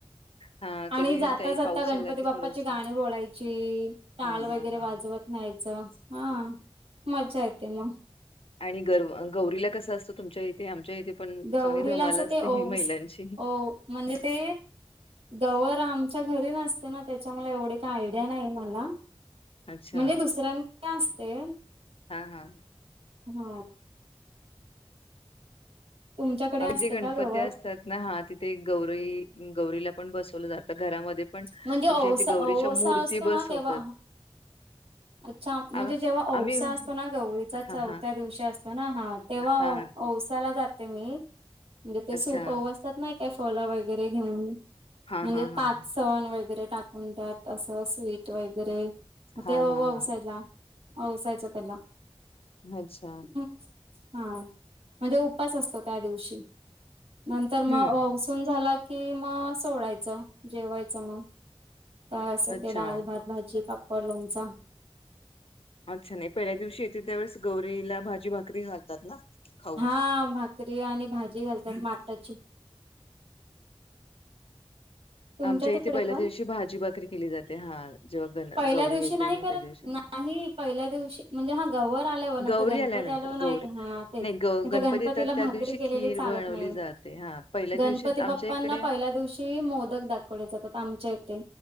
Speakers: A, on the left; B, on the right.
A: हा
B: आणि
A: कधी
B: जाता
A: काही
B: जाता
A: पाऊस
B: गणपती
A: आला की
B: बाप्पाची
A: थोडस
B: गाणी बोलायची टाल
A: हा हा
B: वगैरे
A: हा.
B: वाजवत. नाहीच हा मज्जा येते मग
A: आणि गर्व गौरीला कसं असतं तुमच्या इथे आमच्या इथे पण
B: गौरीला
A: चांगली धमाला
B: असं
A: असते.
B: ते ओवस
A: महिलांची
B: ओ म्हणजे ते, गवर आमच्या घरी नसते ना त्याच्यामुळे एवढी काय आयडिया नाही मला
A: अच्छा
B: म्हणजे दुसऱ्यां कडे असते
A: हा हा
B: हा तुमच्याकडे
A: आम्
B: असते
A: जे गणपती
B: का गवर
A: असतात ना हा तिथे गौरीई गौरीला पण बसवलं जातं घरामध्ये पण
B: म्हणजे ओवसा
A: आमच्या इथे गौरीच्या
B: ओवसा
A: मूर्ती
B: असतो ना
A: बसवतात.
B: तेव्हा <unintelligible> अच्छा म्हणजे
A: आ
B: जेव्हा औसा
A: आम्ही
B: असतो ना गौरीचा
A: हा
B: चौथ्या
A: हा
B: दिवशी असतो ना हा तेव्हा
A: हा
B: औसा जाते मी म्हणजे ते
A: अच्छा.
B: सूप ववसतात नाही काय फलं वगैरे घेऊन,
A: हा
B: म्हणजे
A: हा
B: पाच
A: हा
B: सण वगैरे टाकून द्यात असं स्वीट वगैरे, मग
A: हा
B: ते ववसायला
A: हा हा
B: ववसायच त्याला
A: अच्छा
B: ह् हा म्हणजे उपास असतो त्या दिवशी नंतर
A: हम्म
B: मग ऊन झाला की मग सोडायचं. जेवायचं मग काय असेल
A: अच्छा.
B: ते डाल, भात, भाजी, पापड, लोणचा
A: आमच नाही पहिल्या दिवशी येते त्यावेेळेस गौरीला भाजी भाकरी घालतात ना, खाऊ
B: हा भाकरी आणि भाजी घालतात. माटची तुमच्या
A: आमच्या
B: तिकडे
A: इथे पहिल्या
B: पण
A: दिवशी भाजी भाकरी केली जाते हा जेव्हा गन
B: पहिल्या
A: गौरी
B: दिवशी
A: येते
B: नाही
A: ना
B: करत
A: त्या दिवशी,
B: नाही पहिल्या दिवशी म्हणजे ह गवर आल्यावर नाही
A: गौरी
B: तर गणपती
A: आल्यानंतर
B: आल्यावर नाही
A: गौरी
B: हा तेच
A: ग
B: नाही तर
A: गणपती
B: गणपतीला
A: येतात
B: भाकरी
A: त्या दिवशी
B: केलेली
A: खीर
B: चालत
A: बनवली
B: नाही.
A: जाते हा पहिल्या
B: गणपती
A: दिवशी
B: बाप्पांना
A: आमच्या इकडे
B: पहिल्या दिवशी मोदक दाखवले जातात. आमच्या इथे,